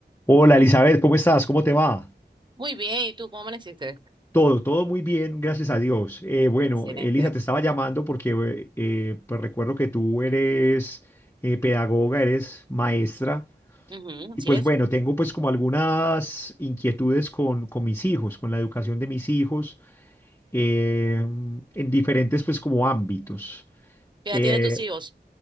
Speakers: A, on the left (about 15°); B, on the right (about 25°).
A: Hola Elizabeth, ¿cómo estás? ¿Cómo te va?
B: Muy bien, ¿y tú cómo amaneciste?
A: Todo, todo muy bien, gracias a Dios. Eh, bueno,
B: Excelente.
A: Elisa, te estaba llamando porque eh, pues recuerdo que tú eres eh, pedagoga, eres maestra
B: Ujú, así
A: y pues
B: es.
A: bueno, tengo pues como algunas inquietudes con, con mis hijos, con la educación de mis hijos eh, en diferentes pues como ámbitos.
B: ¿Qué edad
A: Eh,
B: tienen tus hijos?